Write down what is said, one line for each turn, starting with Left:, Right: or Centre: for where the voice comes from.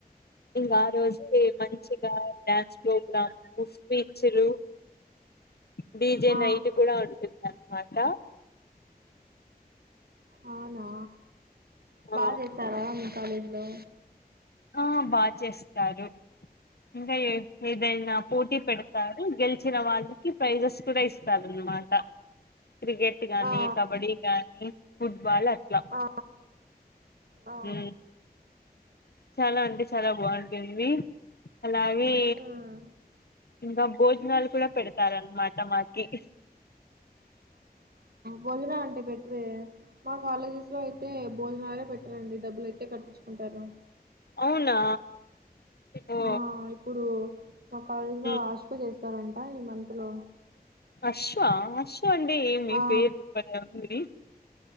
Left: ఇంకా ఆ రోజే మంచిగా డ్యాన్స్ ప్రోగ్రామ్ స్పీచ్లు డీజే
Right: ఆ
Left: నైట్క్ కుడా ఉంటుంద్ అన్మాట
Right: అవునా
Left: ఆ
Right: బా జేస్తారా మీ కాలేజ్ లో
Left: ఆ బా చేస్తారు ఇంకా ఏద్ ఏదైనా పోటీ పెడతారు గెల్చిన వాళ్ళకి ప్రైజెస్ కుడా ఇస్తారున్ మాట క్రికెట్ గానీ
Right: ఆ
Left: కబడ్డీ కానీ ఫుట్బాల్ అట్లా
Right: ఆ ఆ
Left: ఉమ్, చాలా అంటే చాలా బాంటుంది అలాగే
Right: మ్మ్
Left: ఇంగ భోజనాలు కుడా పెడతార్ అన్మాట మాకి
Right: భోజనాల్ అంటే పెట్రే మా కాలేజెస్ లో అయితే భోజనాలే పెట్ర్ అండి డబ్బులు అయితే కట్టిచ్కుంట్ తరు
Left: అవునా ఓ
Right: ఆ ఇప్పుడు మా కాలేజ్ లో
Left: ఉమ్.
Right: ఆస్కో చేస్తారంట ఈ మంత్ లో
Left: అశ్వ అశ్వ అంటే ఏమి
Right: ఆ
Left: పేరు భలే ఉంది